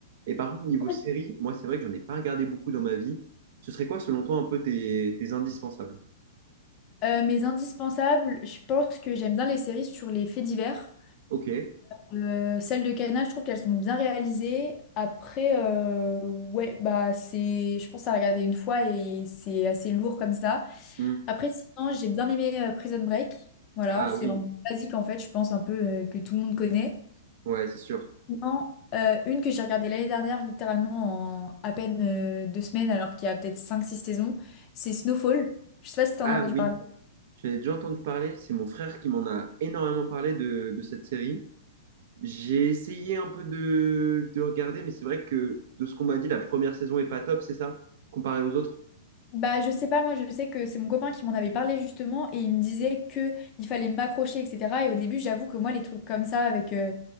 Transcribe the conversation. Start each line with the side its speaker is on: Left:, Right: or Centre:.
Right: Et par contre, niveau
Left: Ouais.
Right: série, moi, c'est vrai que j'en ai pas regardé beaucoup dans ma vie. Ce serait quoi, selon toi, un peu tes, tes indispensables?
Left: Euh, mes indispensables, je pense que j'aime bien les séries sur les faits divers.
Right: Ok.
Left: Euh, celles de Cana, je trouve qu'elles sont bien réalisées. Après, euh, ouais, bah c'est, je pense à regarder une fois et c'est assez lourd comme ça.
Right: Hmm.
Left: Après, sinon, j'ai bien aimé euh, Prison Break. Voilà,
Right: Ah
Left: c'est
Right: oui,
Left: en basique en fait, je pense un peu euh, que tout le monde connaît.
Right: ouais, c'est sûr.
Left: Non, euh, une que j'ai regardée l'année dernière, littéralement en à peine euh, deux semaines, alors qu'il y a peut-être cinq six saisons, c'est Snowfall. Je sais pas si t'en
Right: Ah
Left: as entendu
Right: oui,
Left: parler.
Right: j'en ai déjà entendu parler. C'est mon frère qui m'en a énormément parlé de, de cette série. J'ai essayé un peu de, de regarder, mais c'est vrai que de ce qu'on m'a dit, la première saison est pas top, c'est ça? Comparé aux autres?
Left: Bah, je sais pas, moi je sais que c'est mon copain qui m'en avait parlé justement et il me disait que il fallait m'accrocher, etc. Et au début, j'avoue que moi, les trucs comme ça, avec, euh,